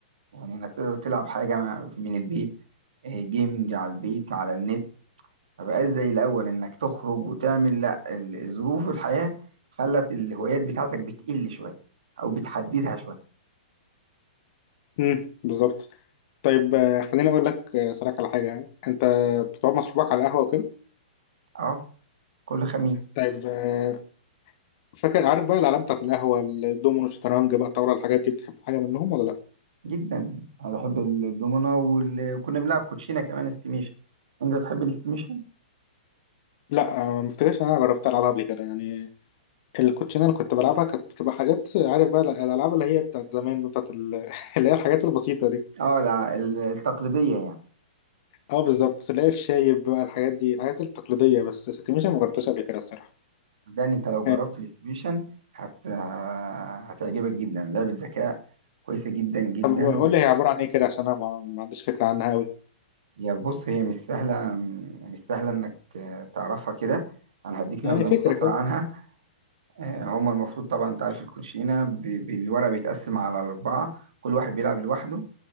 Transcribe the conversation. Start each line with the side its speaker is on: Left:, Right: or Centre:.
Right: يعني انك تقدر تلعب حاجة من البيت آه، جيمنج على البيت على النت ما بقاش زي الأول إنك تخرج وتعمل لأ ال- ظروف الحياة خلت الهوايات بتاعتك بتقل شوية أو بتحددها شوية
Left: مم. بالظبط طيب آه، خليني اقول لك آه، صراحة على حاجه يعني انت بتقعد مع صحابك على القهوه وكده
Right: أه كل خميس
Left: طيب آه، فاكر عارف بقى الالعاب بتاعت القهوه الدومينو الشطرنج بقى الطاوله الحاجات دي بتحب حاجه منهم ولا لا
Right: جدا أنا بحب الدومنة وال... وكنا بنلعب كوتشينة كمان استيميشن أنت تحب الاستيميشن؟
Left: لا آه، ما افتكرش ان انا جربت العبها قبل كده يعني الكوتشينه اللي كنت بلعبها كانت بتبقى حاجات عارف بقى الالعاب اللي هي بتاعت زمان بقى، بتاعت ال... <laughs> اللي هي الحاجات البسيطه دي
Right: أه لا ال- التقليدية يعني
Left: اه بالظبط اللي هي الشايب بقى الحاجات دي الحاجات التقليديه بس ستيميشن ما جربتهاش قبل كده الصراحه
Right: ده أنت لو جربت
Left: آه،
Right: الاستيميشن هت... هتعجبك جدا لعبة ذكاء كويسة جدا جدا
Left: طب قول لي هي عباره عن ايه كده عشان انا ما ما عنديش فكره عنها قوي
Right: يا بص هي مش سهلة مش سهلة إنك تعرفها كده أنا هديك
Left: يعني
Right: نبذة
Left: فكره
Right: مختصرة
Left: كده
Right: عنها آه، هما المفروض طبعا انت عارف الكوتشينه ب- بالورق بيتقسم على اربعه كل واحد بيلعب لوحده